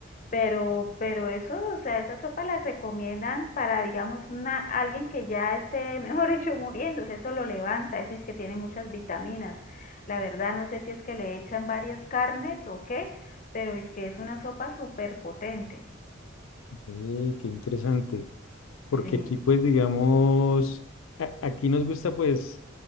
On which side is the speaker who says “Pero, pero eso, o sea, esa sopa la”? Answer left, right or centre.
Left